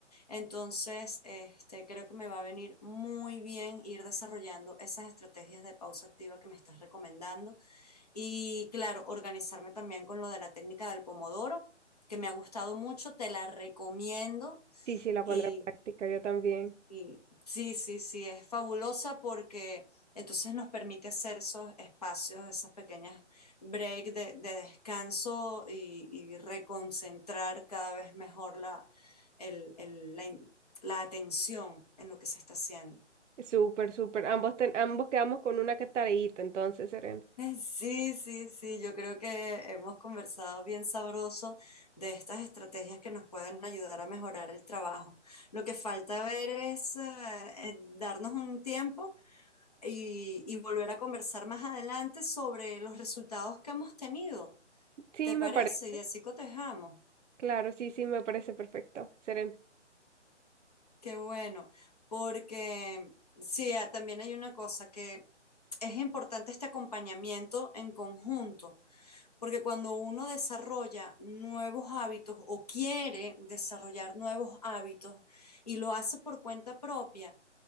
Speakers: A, on the left (about 35°); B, on the right (about 80°).
A: Entonces, este, creo que me va a venir muy bien ir desarrollando esas estrategias de pausa activa que me estás recomendando y claro, organizarme también con lo de la técnica del pomodoro que me ha gustado mucho, te la recomiendo
B: Sí, sí, la pondré
A: y,
B: en práctica, yo también.
A: y sí, sí, sí, es fabulosa porque entonces nos permite hacer esos espacios, esas pequeñas break de, de descanso y, y reconcentrar cada vez mejor la, el- el- la, in- la atención en lo que se está haciendo. <laughs>
B: Súper, súper. Ambos, ten- ambos quedamos con una que tareíta, entonces, Serena.
A: Eh, Sí, sí, sí, yo creo que hemos conversado bien sabroso de estas estrategias que nos pueden ayudar a mejorar el trabajo. Lo que falta ver es eh, eh, darnos un tiempo y, y volver a conversar más adelante sobre los resultados que hemos tenido.
B: Sí,
A: ¿Te parece?
B: me parece,
A: Y así cotejamos.
B: claro, sí, sí, me parece perfecto, Serena.
A: Qué bueno, porque sí, ah, también hay una cosa que es importante este acompañamiento en conjunto, porque cuando uno desarrolla nuevos hábitos o quiere desarrollar nuevos hábitos y lo hace por cuenta propia,